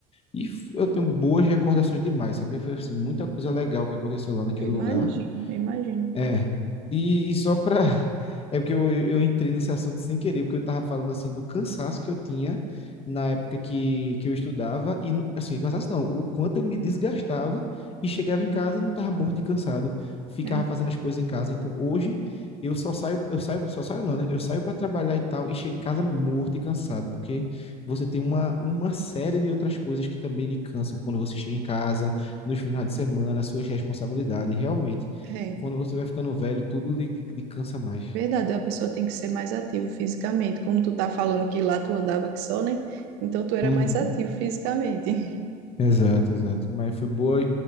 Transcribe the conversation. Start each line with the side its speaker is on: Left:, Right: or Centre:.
Left: E f- eu tenho boas recordações demais, sabe? Foi assim, muita coisa legal que aconteceu lá naquele
Right: Eu imagino,
Left: lugar.
Right: eu imagino.
Left: É, e, e só para. <laughs> É porque eu, eu entrei nesse assunto sem querer, porque eu estava falando assim do cansaço que eu tinha na época que, que eu estudava, e no- assim, cansaço não, o quanto eu me desgastava e chegava em casa, não estava morto e cansado, ficava
Right: É,
Left: fazendo as coisas em casa. Então hoje eu só saio, eu saio, só saio não, né? Eu saio para trabalhar e tal, e chego em casa morto e cansado, porque você tem uma, uma série de outras coisas que também lhe cansam quando você chega em casa, nos finais de semana, suas responsabilidades, realmente.
Right: é.
Left: E quando você vai ficando velho, tudo lhe, lhe cansa mais.
Right: É Verdade, a pessoa tem que ser mais ativa fisicamente. Como tu tá falando que lá tu andava que só, né? Então tu era
Left: Uhum.
Right: mais ativo fisicamente. <laughs>
Left: Exato, exato. Mas foi boa,